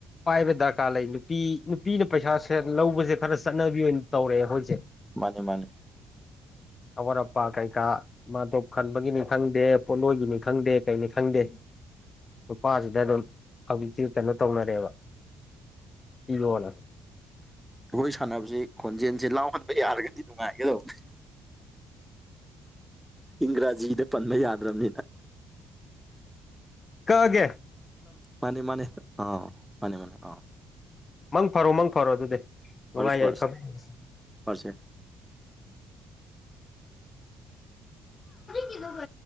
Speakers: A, on the left; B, in the centre.
A: ꯄꯥꯏꯕ ꯗꯔꯀꯥꯔ ꯂꯩ ꯅꯨꯄꯤ ꯅꯨꯄꯤꯅ ꯄꯩꯁꯥꯁꯦ ꯂꯧꯕꯁꯦ ꯈꯔ ꯆꯠꯅꯕꯤ ꯑꯣꯏꯅ ꯇꯧꯔꯛꯑꯦ ꯍꯥꯑꯣꯖꯤꯀ
B: ꯃꯥꯅꯦ ꯃꯥꯅꯦ
A: ꯑꯔꯄꯥ ꯀꯩ ꯀꯥ ꯃꯥꯇꯣꯞ ꯈꯟꯕꯒꯤꯅꯤ ꯈꯪꯗꯦ ꯄꯣꯠꯂꯣꯏꯒꯤꯅꯤ ꯈꯪꯗꯦ ꯀꯩꯅꯤ ꯈꯪꯗꯦ꯫ ꯅꯨꯄꯥꯁꯤꯗ ꯑꯗꯨꯝ ꯍꯧꯖꯤꯛꯇꯤ ꯀꯩꯅꯣ ꯇꯧꯅꯔꯦꯕ ꯄꯤꯔꯣꯅꯥ
B: ꯑꯩꯈꯣꯏ ꯁꯥꯟꯅꯕꯁꯤ ꯈꯣꯟꯖꯦꯜꯁꯦ ꯂꯥꯎꯍꯟꯕ ꯌꯥꯔꯒꯗꯤ ꯅꯨꯡꯉꯥꯏꯒꯗꯧꯕꯅꯦ꯫ ꯏꯪꯒ꯭ꯔꯥꯖꯤꯗ ꯄꯟꯕ ꯌꯥꯗ꯭ꯔꯕꯅꯤꯅ
A: ꯀꯥꯛꯑꯒꯦ꯫
B: ꯃꯥꯅꯤ ꯃꯥꯅꯤ ꯑ ꯃꯥꯅꯤ ꯃꯥꯅꯦ ꯑ
A: ꯃꯪ ꯐꯔꯣ ꯃꯪ ꯐꯔꯣ ꯑꯗꯨꯗꯤ ꯅꯨꯡꯉꯥꯏ
B: ꯄꯔꯁ
A: ꯌꯥꯏꯐꯕ
B: ꯄꯔꯁ
A: ꯑꯣꯏꯔꯁꯤ
B: ꯄꯔꯁꯦ
A: ꯀꯩꯗꯧꯕꯩ